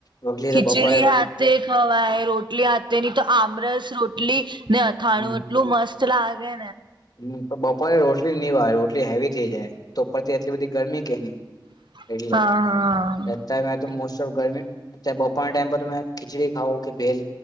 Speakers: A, on the left; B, on the right.
A: રોટલી
B: ખીચડી
A: તો બપોરે તો
B: હાથે ખવાય રોટલી હાથે નની તો આમ રસ રોટલી ને અથાણું
A: હમ
B: એટલું મસ્ત ચલા ગય
A: હમ તો બપોરે રોટલી નની વાય રોટલી હેવી થઇ જાય તો ઉપરથી એટલી બધી ગરમી કે નહી
B: હા
A: એટલે
B: હા
A: અત્યારે મેં તો મોસ્ટ ઓફ ગરમી અત બપરના ટાઈમ પર તમે ખીચડી ખાઓ કે બેલ